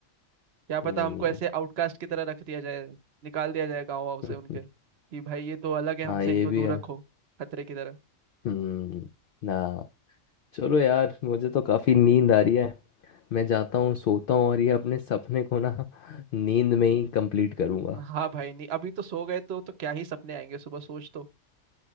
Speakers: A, on the right; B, on the left.
A: क्या पता
B: हम्म
A: हमको ऐसे आउटकास्ट की तरह रख दिया जाए निकाल दिया जाए गाँव वाँव से
B: <laughs>
A: उनके कि भाई ये तो अलग है
B: हाँ
A: हमसे
B: ये
A: इनको
B: भी
A: दूर
B: है
A: रखो खतरे की तरह
B: हम्म ना चलो यार मुझे तो काफ़ी नींद आ रही है मैं जाता हूँ सोता हूँ और ये अपने सपने को ना <laughs> नींद में ही कंप्लीट करूँगा
A: हाँ भाई नहीं अभी तो सो गए तो तो क्या ही सपने आएंगे सुबह सोच तो